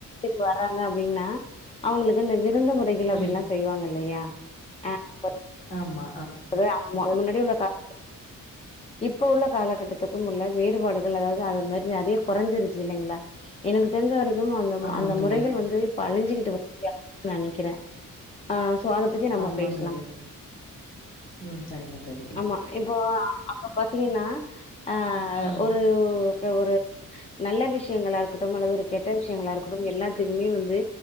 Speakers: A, on the left; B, on the left.
A: வறாங்க அப்டின்னா அவ்ங்களுக் சில விருந்து முறைகள் அப்டின்லா
B: ம்
A: செய்வாங்க இல்லையா ஆஹ் ப
B: அம்மா
A: ஒரே ஹாப்பி தா கொஞ்ச முன்னாடியே உள்ள கால இப்ப உள்ள காலகட்டத்துக்கும் உள்ள வேறுபாடுகள் அதாவ்து அது மாரி நெறையா கொறஞ்சுருச்சு இல்லைங்ளா எனக்கு தெரிஞ்ச வரைக் கு அந்த ம
B: ஆமா
A: அந்த
B: தோழி
A: முறைகள் வந்து இப்ப அழிஞ்சிக்கிட்டு வருது இல்லையா நெனைக்கிறே ஆ சோ அத பத்தி நம்ம
B: ஆமா
A: பேசலா
B: தோழி ம் சரிங்க தோழி
A: ஆமா இப்போ அப்ப பாத்தீங்கன்னா ஆ
B: ம்
A: ஒரு ஒரு நல்ல விஷயங்களா இருக்கட்டும் அல்லது ஒரு கெட்ட விஷயங்களா இருக்கட்டும் எல்லாத்துக்குமே வந்து